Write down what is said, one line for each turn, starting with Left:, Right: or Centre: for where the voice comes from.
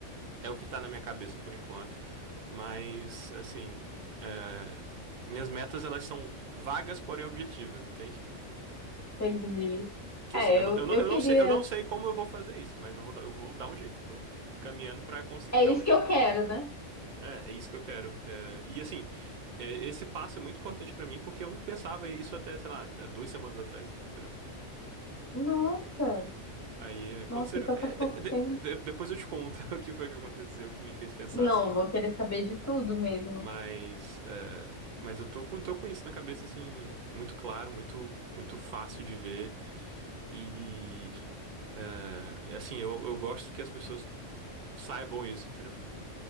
Right: É o que tá na minha cabeça por enquanto. Mas, assim, é, minhas metas elas são vagas, porém objetivas, entende?
Left: Entendi.
Right: Que
Left: É,
Right: assim, eu não,
Left: eu,
Right: eu não,
Left: eu
Right: eu
Left: queria.
Right: não sei, eu não sei como eu vou fazer isso, mas eu vou, dar- eu vou dar um jeito. Tô caminhando pra conseguir
Left: É
Right: dar
Left: isso
Right: um jeito
Left: que eu quero,
Right: nisso.
Left: né?
Right: É, é isso que eu quero. É, e assim, é, esse passo é muito importante pra mim porque eu não pensava isso até, sei lá, é, duas semanas atrás, entendeu?
Left: Nossa,
Right: Aí é, aconteceram.
Left: nossa, então
Right: é,
Left: faz
Right: de-
Left: pouco
Right: de-
Left: tempo.
Right: de- depois eu te conto <laughs> o que foi que aconteceu que me fez pensar
Left: Não,
Right: assim.
Left: vou querer saber de tudo mesmo.
Right: Mas, é, mas eu tô com, tô com isso na cabeça, assim, muito claro, muito, muito fácil de ver. E, é, assim, eu, eu gosto que as pessoas saibam isso, entendeu?